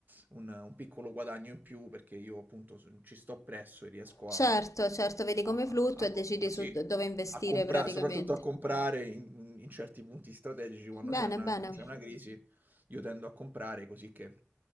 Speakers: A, on the right; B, on the left.
A: un- un piccolo guadagno in più perché io appunto s- ci sto presso e riesco
B: Certo,
A: a,
B: certo, vedi come
A: a-
B: fluttua
A: a
B: e
A: co-
B: decidi
A: a- sì,
B: su d- dove investire
A: a comprare,
B: praticamente.
A: soprattutto a comprare in, in certi punti strategici quando c'è
B: Bene,
A: una,
B: bene,
A: quando c'è una crisi, io tendo a comprare così che